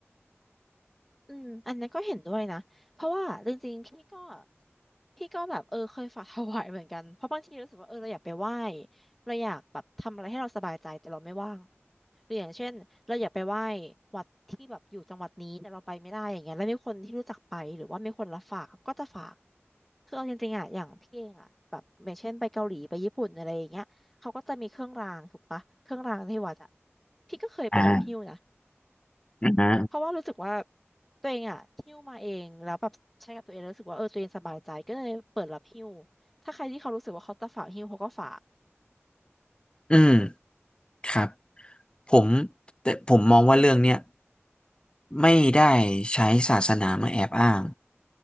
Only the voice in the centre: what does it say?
อืมอันนั้นก็เห็นด้วยนะเพราะว่าจริงๆพี่ก็ พี่ก็แบบเออเคยฝากถวายเหมือนกันเพราะบางทีรู้สึกว่าเออเราอยากไปไหว้เราอยากแบบทำอะไรให้เราสบายใจแต่เราไม่ว่างหรืออย่างเช่นเราอยากไปไหว้วัดที่แบบอยู่จังหวัดนี้แต่เราไปไม่ได้อย่างเงี้ยแล้วมีคนที่รู้จักไปหรือว่ามีคนรับฝากก็จะฝากคือเอาจริงๆอ่ะอย่างพี่เองอ่ะแบบอย่างเช่นไปเกาหลีไปญี่ปุ่นอะไรอย่างเงี้ยเขาก็จะมีเครื่องรางถูกปะเครื่องรางที่วัดอ่ะพี่ก็เคยไปรับหิ้วนะ
เพราะว่ารู้สึกว่าตัวเองอะหิ้วมาเองแล้วแบบใช้กับตัวเองแล้วรู้สึกว่าเออตัวเองสบายใจก็เลยเปิดรับหิ้วถ้าใครที่เขารู้สึกว่าเขาจะฝากหิ้วเขาก็ฝาก